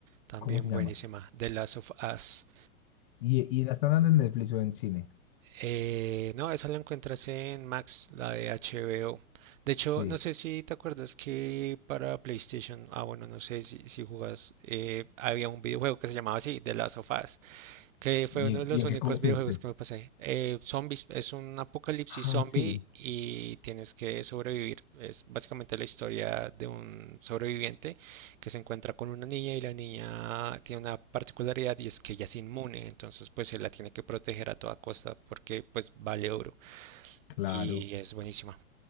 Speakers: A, on the right; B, on the left.
A: también
B: ¿Cómo se llama?
A: buenísima. De las sofás
B: ¿Y, y la están dando en Netflix o en cine?
A: Eh, no, esa la encuentras en Max, la de HBO. De hecho,
B: Sí.
A: no sé si te acuerdas que para PlayStation, ah, bueno, no sé si, si jugas, eh, había un videojuego que se llamaba así, The Last of Us que fue
B: ¿Y,
A: uno de los
B: y en
A: únicos
B: qué consiste?
A: videojuegos que me pasé. Eh, zombies, es un apocalipsis
B: Ah,
A: zombie
B: sí.
A: y tienes que sobrevivir. Es básicamente la historia de un sobreviviente que se encuentra con una niña y la niña tiene una particularidad y es que ella es inmune, entonces pues él la tiene que proteger a toda costa porque pues vale oro
B: Claro.
A: y es buenísima.